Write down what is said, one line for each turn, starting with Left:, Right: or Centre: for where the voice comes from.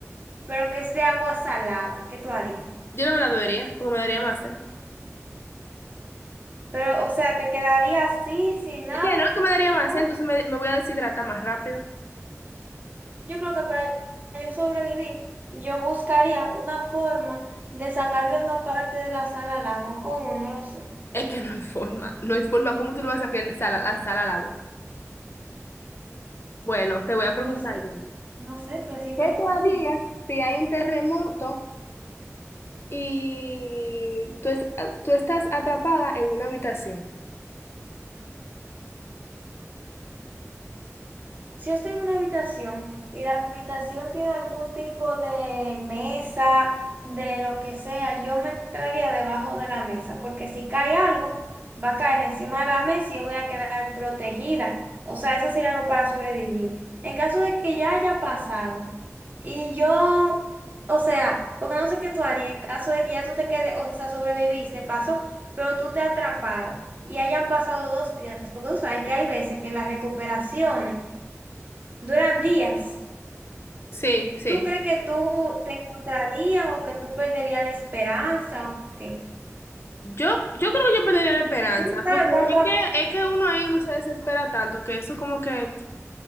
Right: pero que es de agua salada, ¿qué tú harías?
Left: Yo no me la bebería, porque me daría más sed.
Right: Pero, o sea, te quedaría así, sin nada.
Left: Es que no, que me daría
Right: Igual,
Left: más sed, entonces me, me voy a deshidratar más rápido.
Right: Yo creo que para yo sobrevivir, yo buscaría una forma de sacarle una parte de la sal al agua, ¿cómo? No lo sé.
Left: Es que no hay forma, no hay forma. ¿Cómo tú le vas a sacar el sal, la sal al agua? Bueno, te voy a preguntar
Right: No sé,
Left: yo.
Right: no sé, pero siempre
Left: ¿Qué
Right: hay
Left: tú
Right: forma.
Left: harías si hay un terremoto y tú, es- tú estás atrapada en una habitación?
Right: Si yo estoy en una habitación y la habitación tiene algún tipo de mesa, de lo que sea, yo me entraría debajo de la mesa, porque si cae algo, va a caer encima de la mesa y yo voy a quedar protegida. O sea, eso sería algo para sobrevivir. En caso de que ya haya pasado y yo, o sea, porque no sé qué tú harías en caso de que ya tú te quedes, o sea, sobreviviste, pasó, pero tú te atrapada y hayan pasado dos días, porque tú sabes que hay veces que las recuperaciones Duran días.
Left: Sí, sí.
Right: ¿Tú crees que tú te encontrarías o que tú perderías la esperanza o qué?
Left: Yo, yo creo que yo perdería la esperanza,
Right: Tú no sabes
Left: porque
Right: cuánto,
Left: es que, es que uno ahí uno se desespera tanto que eso como que